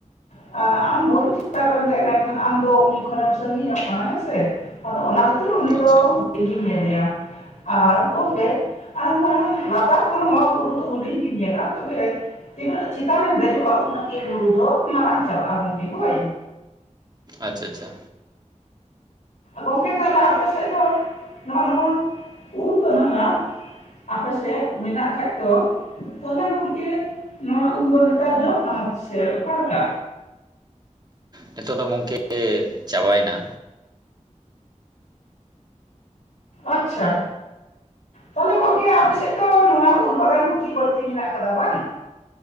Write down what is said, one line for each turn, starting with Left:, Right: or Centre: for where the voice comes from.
Left: ᱟ ᱟᱢ ᱵᱩᱨᱩ ᱪᱮᱛᱟᱱ ᱨᱮᱢ ᱫᱮᱜ ᱞᱮᱱᱠᱷᱟᱱ ᱟᱢᱫᱚ ᱩᱱᱤ ᱠᱷᱚᱱᱮᱢ ᱥᱟᱺᱜᱤᱧᱚᱜ ᱠᱟᱱᱟ ᱦᱮᱸᱥᱮ᱾ ᱟᱫᱚ ᱚᱱᱟ ᱠᱷᱟᱹᱛᱤᱨ ᱩᱱᱤ
Right: ᱟᱪᱪᱷᱟ
Left: ᱫᱚ ᱦᱩᱰᱤᱧᱮᱢ ᱧᱮᱞᱮᱭᱟ ᱟᱨ ᱜᱚᱝᱠᱮ ᱟᱢ ᱞᱟᱛᱟᱨ ᱠᱷᱚᱱ ᱦᱚᱸ ᱵᱩᱨᱩ ᱫᱚ ᱦᱩᱸᱰᱤᱧ ᱜᱮᱢ ᱧᱮᱞᱟ ᱛᱚᱵᱮ ᱛᱤᱱᱟᱹᱜ ᱪᱮᱛᱟᱱᱮᱢ ᱫᱮᱡᱚᱜᱼᱟ ᱩᱱᱟᱹᱜ ᱜᱮ ᱵᱩᱨᱩ ᱫᱚ ᱢᱟᱨᱟᱝ ᱪᱟᱞᱟᱜᱼᱟ ᱜᱚᱝᱠᱮ ᱦᱳᱭ᱾
Right: ᱟᱪᱪᱷᱟ ᱟᱪᱪᱷᱟ᱾
Left: ᱜᱚᱝᱠᱮ ᱛᱟᱦᱚᱞᱮ ᱟᱯᱮ ᱥᱮᱜ ᱫᱚ ᱱᱚᱜᱼᱚ ᱱᱚᱣᱟ ᱩᱞ ᱫᱚ <unintelligible> ᱟᱯᱮᱥᱮᱜ ᱢᱮᱱᱟᱜ ᱠᱷᱟᱭ ᱫᱚ ᱛᱟᱦᱚᱞᱮ ᱜᱚᱝᱠᱮ ᱱᱚᱣᱟ ᱩᱞ ᱫᱚ ᱱᱮᱛᱟᱨ ᱡᱚᱜ ᱠᱟᱱᱟ ᱥᱮ ᱚᱠᱟᱞᱮᱠᱟ?
Right: ᱱᱤᱛᱚᱜ ᱫᱚ ᱜᱚᱝᱠᱮ ᱪᱟᱵᱟᱭᱱᱟ᱾
Left: ᱟᱪᱪᱷᱟ, ᱛᱟᱦᱚᱞᱮ ᱜᱚᱝᱠᱮ ᱟᱯᱮᱥᱮᱜ ᱫᱚ ᱱᱚᱣᱟ ᱩᱞ ᱵᱟᱜᱟᱱ ᱠᱚᱜᱤ ᱵᱟᱹᱲᱛᱤ ᱢᱮᱱᱟᱜ ᱠᱟᱫᱟ ᱵᱟᱝ?